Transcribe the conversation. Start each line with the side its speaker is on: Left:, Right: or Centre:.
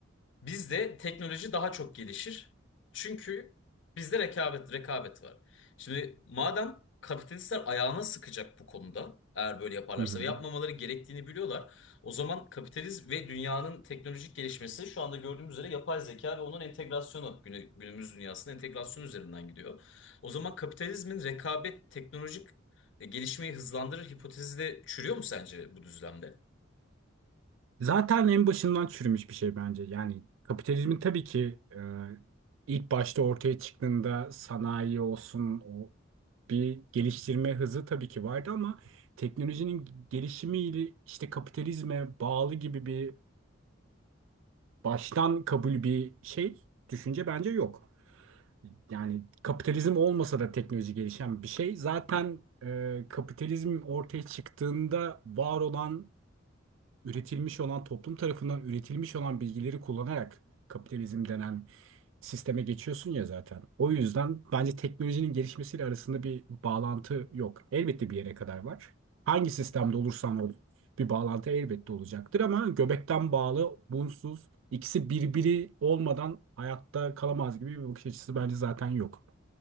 Left: Bizde teknoloji daha çok gelişir. Çünkü bizde rekabet rekabet var. Şimdi madem kapitalistler ayağına sıkacak bu konuda eğer böyle yaparlarsa
Right: Hı hı.
Left: ve yapmamaları gerektiğini biliyorlar. O zaman kapitalizm ve dünyanın teknolojik gelişmesi şu anda gördüğümüz üzere yapay zeka ve onun entegrasyonu günü- günümüz dünyasının entegrasyonu üzerinden gidiyor. O zaman kapitalizmin rekabet teknolojik e, gelişmeyi hızlandırır hipotezi de çürüyor mu sence bu düzlemde?
Right: Zaten en başından çürümüş bir şey bence. Yani kapitalizmin tabii ki e, ilk başta ortaya çıktığında sanayi olsun o bir geliştirme hızı tabii ki vardı ama teknolojinin gelişimiyle işte kapitalizme bağlı gibi bir baştan kabul bir şey, düşünce bence yok. Yani kapitalizm olmasa da teknoloji gelişen bir şey. Zaten e, kapitalizm ortaya çıktığında var olan üretilmiş olan toplum tarafından üretilmiş olan bilgileri kullanarak kapitalizm denen sisteme geçiyorsun ya zaten. O yüzden bence teknolojinin gelişmesiyle arasında bir bağlantı yok. Elbette bir yere kadar var. Hangi sistemde olursan ol bir bağlantı elbette olacaktır ama göbekten bağlı, bunsuz, ikisi birbiri olmadan hayatta kalamaz gibi bir bakış açısı bence zaten yok.